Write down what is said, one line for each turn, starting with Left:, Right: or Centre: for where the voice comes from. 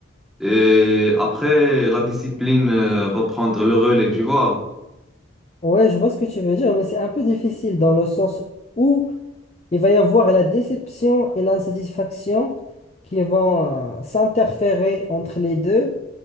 Centre: Et après, la discipline euh, va prendre le relais, tu vois?
Left: Ouais, je vois ce que tu veux dire, mais c'est un peu difficile dans le sens. où il va y avoir la déception et l'insatisfaction qui vont euh, s'interférer entre les deux